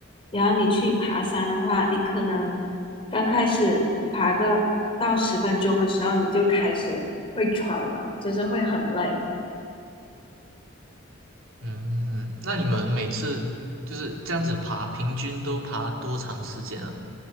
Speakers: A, on the left (about 25°); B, on the right (about 75°).
A: 然后你去爬山的话，你可能刚开始爬个到十分钟的时候，你就开始会喘了，就是会很累。
B: 嗯，那你们每次就是这样子爬，平均都爬多长时间啊？